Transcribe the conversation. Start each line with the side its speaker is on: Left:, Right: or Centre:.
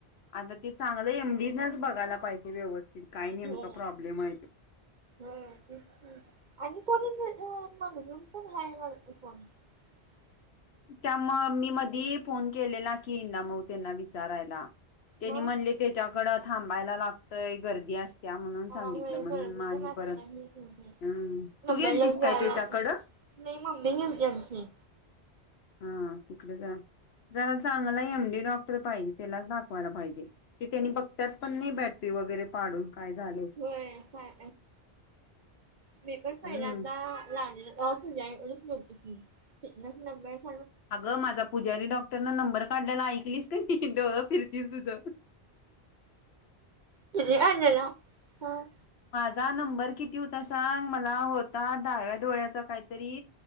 Left: आता ते चांगलं एमडी नच बघायला पाहिजे व्यवस्थित काय नेमका
Right: हम्
Left: प्रॉब्लेम आहे तो.
Right: हम् आणि कोणी अ मगजून पण हा म फोन <unintelligible>
Left: त्या म मी मध फोन केलेला की ना मऊ त्यांना विचारायला त्यांनी
Right: मग
Left: म्हणले त्याच्याकडं थांबायला लागतंय गर्दी अस त्या म्हणून
Right: होय
Left: सांगितलं म्हणून
Right: गर्दी
Left: मा आणि
Right: तर असत्या
Left: परत
Right: ही तुमच्या
Left: अम तू
Right: नंबर
Left: गेल
Right: लावून
Left: तस
Right: जायला
Left: काय त्याच्याकडं?
Right: नाही ममी गेलती आमची.
Left: हा तिकडेच जरा चांगला एमडी डॉक्टर पाहिजे त्याला दाखवायला पाहिजे. ती त्यांनी बघतात पण नाही बॅटरी वगैरे पाडून काय झाले
Right: होय काय? मेपर
Left: हम्म
Right: पहिला ला जा सत नबर <unintelligible>
Left: अगं माझा पुजारी डॉक्टर न नंबर काढल्याला ऐकलीस कि डोळ फिरतील तुझ.
Right: इ काला हा <unintelligible>
Left: माझा नंबर किती होता सांग मला होता दहाव्या डोळ्याचा काहीतरी